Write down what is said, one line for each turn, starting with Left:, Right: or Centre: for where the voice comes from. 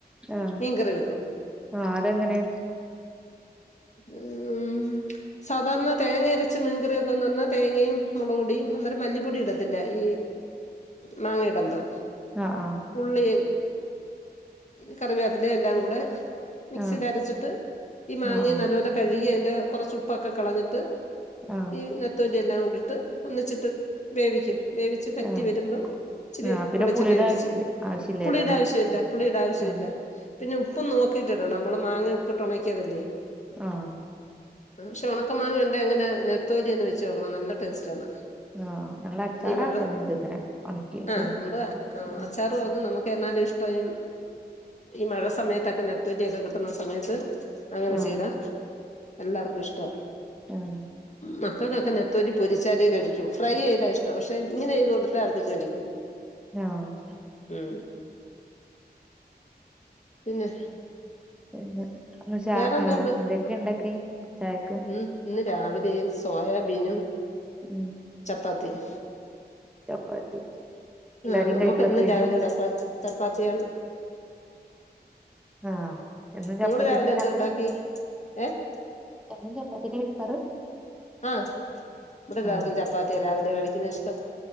Centre: ആഹ്
Left: മീൻകറി വെക്കും
Centre: ആഹ് അതെങ്ങനെ
Left: ഉം സാധാരണ തേങ്ങ അരച്ച മീൻകറി വെക്കാന്നറഞ്ഞ തേങ്ങയും മുളപൊടിം അന്നേരം മല്ലിപ്പൊടി ഇടത്തില്ല ഈ മാങ്ങ ഇടമ്പം
Centre: ആഹ് ആഹ്
Left: ഉള്ളീം കറിവേപ്പിലേം എല്ലാം കൂടെ മിക്സിയില്
Centre: ആഹ്
Left: അരച്ചിട്ട് മാങ്ങേം
Centre: ആഹ് ആഹ്
Left: നല്ലോലെ കഴുകി അതിന്റെ കൊറച്ച് ഉപ്പൊക്കെ കളഞ്ഞിട്ട്
Centre: ആഹ്
Left: ന നെത്തോലി എല്ലാം കൂടിട്ട് ഒന്നിച്ചിട്ട് വേവിക്കും വേവിച്ച് പറ്റി
Centre: ആഹ്
Left: വരുമ്പം ഇച്ചിരി
Centre: ആഹ് പിന്നെ
Left: വെളിച്ചെണ്ണ
Centre: പുളിയുടെ
Left: ഒഴിച്ച്
Centre: ആവശ്യ ആവശ്യല്ലല്ലോ
Left: പുളീടെ
Centre: അല്ലേ
Left: ആവശ്യവില്ല പുളീടെ ആവശ്യവില്ല
Centre: ആഹ്
Left: പിന്നെ ഉപ്പും നോ ക്കീടിടണം നമ്മള് മാങ്ങ ഉപ്പിട്ട് ഒണക്കീതല്ലേ
Centre: ആഹ്
Left: പക്ഷെ ഒണക്ക മാങ്ങയൊണ്ടേ അങ്ങനെ നെത്തോലി ഒന്ന് വെച്ചോക്കണം നല്ല ടേസ്റ്റാണ്
Centre: ആഹ് ഞങ്ങള് അച്ചാറാക്കലുണ്ട്
Left: ഈ മഴ
Centre: ഇങ്ങനെ ഒണക്കിയിട്ട്
Left: ആഹ് നമ്മള്
Centre: ആഹ്
Left: അച്ചാറുവാക്കും നമുക്ക് എന്നാലും ഇഷ് ടം ഈ മഴ സമയത്തൊക്കെ നെത്തോലിയൊക്കെ കിട്ടുന്ന സമയത്ത്
Centre: ആഹ്
Left: ചെയ്ത എല്ലാർക്കും ഇഷ്ടാ
Centre: ആഹ്
Left: മക്കകെക്കെ നത്തോ ത്തോലി പൊരിച്ചാലെ കഴിക്കു ഫ്രൈ ചെയ്താ ഇഷ്ട പക്ഷെ ഇങ്ങനെ ചെയ്ത് കൊടുത്ത അതും കഴിക്കും
Centre: ആഹ്
Left: ഉം പിന്നെ
Centre: പിന്നെ ച
Left: വേറെന്തോണ്ട്
Centre: ആഹ് എന്തൊക്കെ ഇണ്ടാക്കി ചായക്ക്
Left: ഉം ഇന്ന് രാവിലെ സോയാബീനും
Centre: ഉം
Left: ചപ്പാത്തിം
Centre: ചപ്പാത്തി എല്ലാരും
Left: ആഹ് നമ്മുക്കെന്നും
Centre: കഴിക്കലൊക്കെ കഴിഞ്ഞു
Left: രാവിലെ ചപ്പാത്തി ചപ്പാത്തിയാണ്
Centre: ആഹ് എന്നും
Left: നിങ്ങള്
Centre: ചപ്പാത്തിന്നെ
Left: രാവിലെ
Centre: ഇണ്ടാക്കാറ്
Left: എന്തുണ്ടാക്കി ഏഹ്
Centre: എന്നും ചപ്പാത്തിന്നെ കഴിക്കാറ്
Left: ആഹ് ഇവിടെ എല്ലാർക്കും
Centre: ആഹ്
Left: ചപ്പാത്തിയ രാവിലെ കഴിക്കുന്ന ഇഷ്ടം